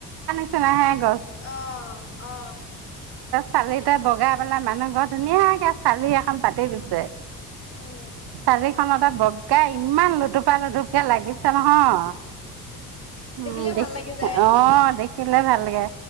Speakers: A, on the right; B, on the left.
A: <inaudible>
B: অ অ অ
A: চালিটা বগাই পেলাই মানুহ ঘৰ ধুনীয়াকে চালি এখন পাতি দিছে
B: উম
A: চাৰে খনতে বগা ইমান লুতুপা লুটুপকে লাগিছে নহয় উম,
B: দেখিলে
A: দে
B: ভাল লাগি যায়
A: অ', দে দেখিলে ভাল লাগে